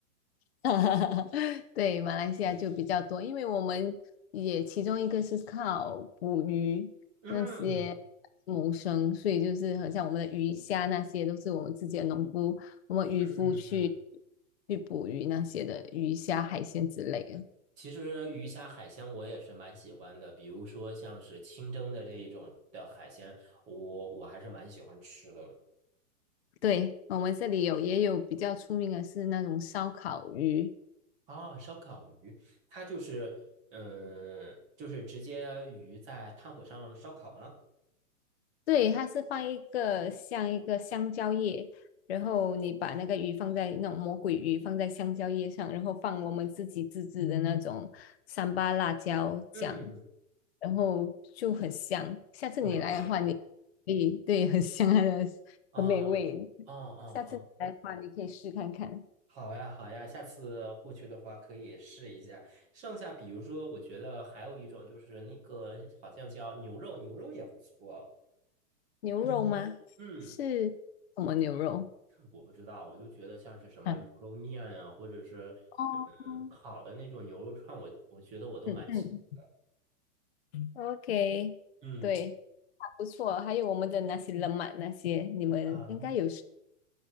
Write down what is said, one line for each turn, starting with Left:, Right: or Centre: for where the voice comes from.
Left: <laughs> 哈哈哈，对，马来西亚就比较多，因为我们也其中一个是靠捕鱼那些
Right: 嗯
Left: 谋生，所以就是很像我们的鱼虾那些都是我们自己的农夫，我们渔夫去
Right: 嗯嗯嗯。
Left: 去捕鱼那些的鱼虾海鲜之类的。
Right: 其实鱼虾海鲜我也是蛮喜欢的，比如说像是清蒸的这一种的海鲜，我我还是蛮喜欢吃的。
Left: 对，我们这里有也有比较出名的是那种烧烤鱼，
Right: 啊，烧烤鱼，它就是，嗯，就是直接鱼在炭火上烧烤吗？
Left: 对，它是放一个像一个香蕉叶，然后你把那个鱼放在那种魔鬼鱼放在香蕉叶上，然后放我们自己自制的那种三八辣椒酱，
Right: 嗯，
Left: 然后就很香。下次你来的话你，
Right: 就很香。
Left: 你对很香它的，
Right: 啊，
Left: 很美味。
Right: 哦哦
Left: 下次来的话，
Right: 哦，
Left: 你可以试看看
Right: 好呀好呀，下次过去的话可以试一下。剩下比如说，我觉得还有一种就是那个好像叫牛肉，牛肉也不错。
Left: 牛肉吗？
Right: 嗯。
Left: 是什么牛肉？
Right: 我不知道，我就觉得像是什么牛肉面啊，
Left: 嗯，嗯
Right: 或者是呃
Left: 哦，
Right: 烤的那种牛肉串，我我觉得我都蛮喜欢的。
Left: 嗯嗯。OK，
Right: 嗯
Left: 对，还不错。还有我们的那些冷玛那些，你们应该有试
Right: 啊，